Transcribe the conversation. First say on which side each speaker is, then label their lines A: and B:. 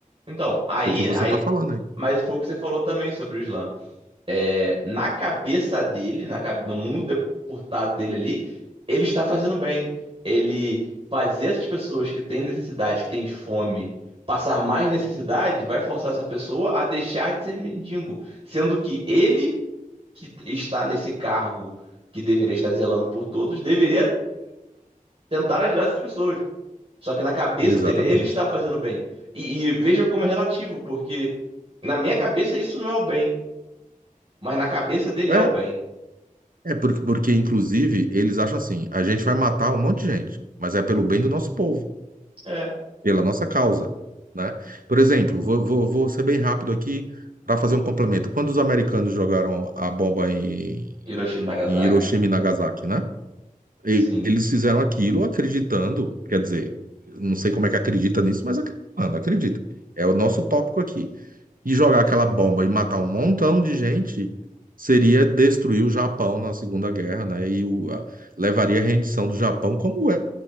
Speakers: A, on the right; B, on the right.
A: Então, aí,
B: O que você
A: aí.
B: está falando aí.
A: Mas foi o que você falou também sobre o Islã. É, na cabeça dele, na, cabe- no mundo deportado dele ali, ele está fazendo bem. Ele fazer essas pessoas que têm necessidade, que têm fome, passar mais necessidade, vai forçar essa pessoa a deixar de ser mendigo sendo que ele que está nesse cargo que deveria estar zelando por todos, deveria tentar ajudar essas pessoas. Só que na cabeça
B: Exatamente.
A: dele, ele está fazendo bem. E, e veja como é relativo, porque na minha cabeça isso não é o bem, mas na cabeça dele
B: É,
A: é o bem.
B: é porque, porque, inclusive, eles acham assim, a gente vai matar um monte de gente, mas é pelo bem do nosso povo.
A: É.
B: pela nossa causa, né? Por exemplo, vou, vou, vou ser bem rápido aqui para fazer um complemento. Quando os americanos jogaram a bomba em,
A: Hiroshima e Nagasaki.
B: em Hiroshima e Nagasaki, né? E-
A: Sim,
B: Eles fizeram aquilo acreditando, quer dizer, não sei como é que acredita nisso, mas acreditando, acredita. É o nosso tópico aqui. E jogar aquela bomba e matar um montão de gente seria destruir o Japão na Segunda Guerra, né? E o- a- levaria à rendição do Japão, como é,